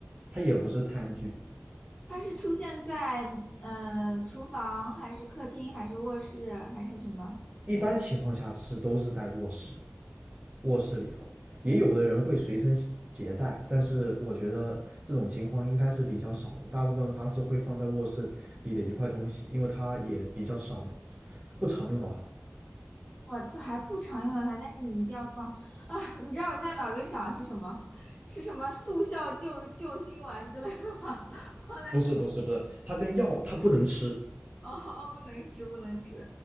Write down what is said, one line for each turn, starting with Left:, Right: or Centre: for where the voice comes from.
Right: 它也不是餐具，
Left: 它是出现在嗯厨房还是客厅还是卧室还是什么？
Right: 一般情况下是都是在卧室，卧室里头，也有的人会随身携带，但是我觉得这种情况应该是比较少的，大部分它是会放在卧室里的一块东西，因为它也比较少，不常用到它。
Left: 我这还不常用到它，但是你一定要放啊！你知道我现在脑子里想的是什么？是什么速效救救心丸之类的吗？<laughs> 放在床
Right: 不是不是不是，它跟药它不能吃，
Left: 哦哦不能吃，不能吃